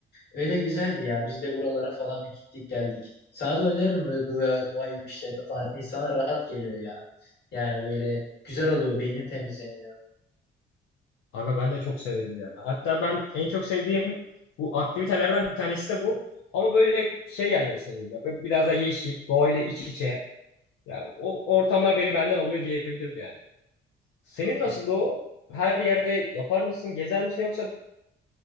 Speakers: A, on the left; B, on the left.
A: Öyle güzeldi ya. Biz de buralara falan bir gittik geldik. Sana da öneririm böyle doğa, doğa yürüyüşlerini falan. İnsana rahat geliyor ya. Yani böyle güzel oluyor. Beynin temizleniyor.
B: Aga ben de çok severim ya. Hatta ben en çok sevdiğim bu aktivitelerden bir tanesi de bu. Ama böyle şey yerleri seviyorum. ya. Böyle biraz da yeşil, doğayla iç içe. Ya o ortamlar beni benden alıyor diyebilirim yani. Senin
A: Kesinlikle.
B: nasıl o? Her yerde yapar mısın, gezer misin yoksa